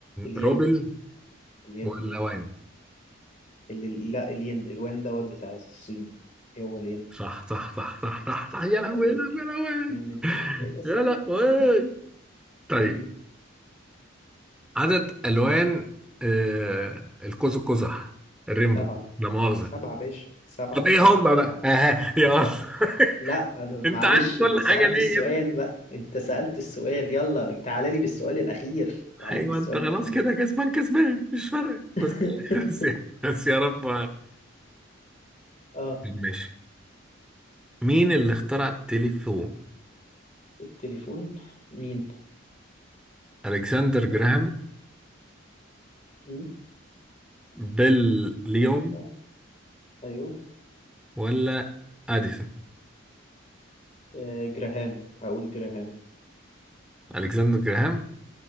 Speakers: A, on the left; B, in the centre.
A: الين
B: روبل
A: الين
B: ولا
A: الين
B: وان
A: ال... لا الين الوان دوت بتاع الصين ايه هو الين
B: صح صح صح صح صح صح يا
A: عيب
B: لهوي
A: عليك
B: يا لهوي يا لهوي
A: اتنين من تمانية يس
B: يا لهوي
A: يس يس
B: طيب
A: قول لي
B: عدد الوان آه القوس القزح الريمبو
A: سبعة
B: لا مؤاخذة
A: سبعة باشا سبعة
B: طب ايه
A: سبعة
B: هم بقى اها يلا <laughs>
A: لا أنا-
B: انت
A: معلش
B: عارف كل
A: انت سألت
B: حاجه ليه
A: السؤال
B: يعني
A: بقى انت سألت السؤال يلا تعالى لي بالسؤال الأخير تعالى
B: ايوه
A: لي بالسؤال
B: انت خلاص
A: الأخير
B: كده كسبان كسبان مش فارقه
A: <laughs>
B: بس بس بس يا رب
A: اه
B: ماشي مين اللي اخترع التليفون
A: التليفون مين
B: الكسندر جراهام
A: قول لي امم
B: بيل ليون
A: قول لي. ايوه
B: ولا اديسون
A: آه جراهام هقول جراهام
B: الكسندر جراهام